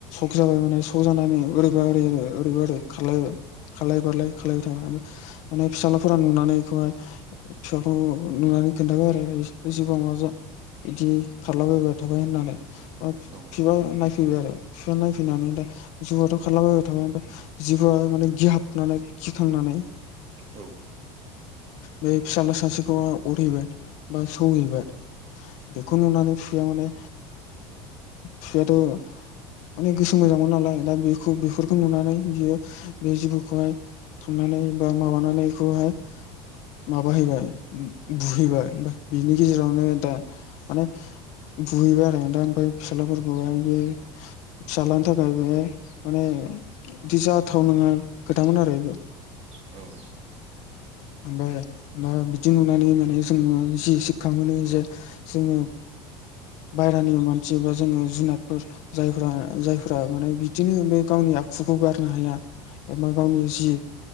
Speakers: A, on the left; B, on the right.
A: ब जाबाय माने स जानानै ओरबा ओरै ओरै ओरैब ओरै खारलायबाय। खालाय बारलाय खालबाय थाबफ्राय माने फिसााजलाफोरा नुनानै बेखौहाय। बिफांखौ नुनानै खोनन्थाबाय आरो एसेबां माजा <unintelligible> बिदि खारलाबायबाय थाबाय होननानै बिफा
B: औ
A: नायफैबाय आरो बिफा नायफैनानै दा जौआाथ' ंलाबायबाय थाबाय जिबोआ माने गिहाबनानै खिखांनानै
B: औ
A: बे फिसाज्ला सासेखौ अरहैबाय बा सौहैबाय। बेखौ नुनानै फिसाया माने फिसायथ' माने गोसो मोजांमोन नालाय दा बेखौ बेफोरखौ नुनानै बियो बे जिबौखौहाय। थांनानै बा माबानानैखौहाय माबाहैबाय। बुहैबाय ओमफ्राय बिनि गेजेरावनो दा माने ‌। बुहैबाय आरो दा ओमफ्राय फिसााज्लाफोरखौह बि फिस्लानि थाखाय बे माने बिदि जाथाव नङा खोथामोन आरो बेयो
B: औ
A: ओमफ्राय दा बिदि नुनानै माने जोङो जि सिक्षा मोनो जे जोङो बायहेरानि मानसि बा जोङो जुनादफोर जायफोरा जायफोरा माने बिदिनो बे गावनि आखुखौ गारनो हाया एबा गावनि जि